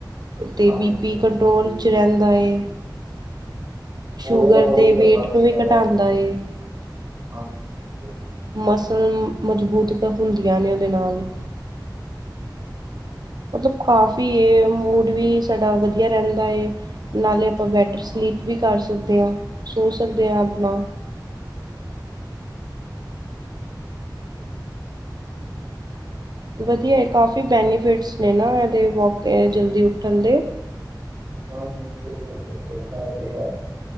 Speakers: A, on the right (about 60°); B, on the right (about 40°).
A: ਅਤੇ
B: ਹਾਂਜੀ
A: ਬੀ
B: ਹਾਂਜੀ
A: ਪੀ ਕੰਟਰੋਲ
B: ਹਾਂਜੀ
A: 'ਚ ਰਹਿੰਦਾ ਏ। ਸ਼ੂਗਰ
B: ਓਇਲ ਅਵੋਇਡ
A: ਦੇ
B: ਕਰਨਾ
A: ਵੇਟ
B: ਚਾਹੀਦਾ
A: ਨੂੰ ਵੀ ਘਟਾਉਂਦਾ
B: ਆ
A: ਏ,
B: ਹਾਂਜੀ
A: ਮਸਲ ਮਜ਼ਬੂਤ ਹੁੰਦੀਆਂ ਨੇ ਉਹ ਦੇ ਨਾਲ, ਮਤਲਬ ਕਾਫ਼ੀ ਮੂਡ ਵੀ ਸਾਡਾ ਵਧੀਆ ਰਹਿੰਦਾ ਐ, ਨਾਲੇ ਆਪਾਂ ਬੈਟਰ
B: ਹਾਂ
A: ਸਲੀਪ ਵੀ ਕਰ ਸਕਦੇ ਹਾਂ ਸੋ ਸਕਦੇ ਹਾਂ ਆਪਾਂ ਵਧੀਆ ਹੈ ਕਾਫੀ ਬੈਨੀਫਿਟਸ ਨੇ ਨਾ ਇਹਦੇ ਵੋਕੇ ਜਲਦੀ ਉੱਠਣ ਦੇ
B: ਹਾਂਜੀ ਬਿਲਕੁਲ ਬਿਲਕੁਲ ਹੈ ਤੇ ਹੈ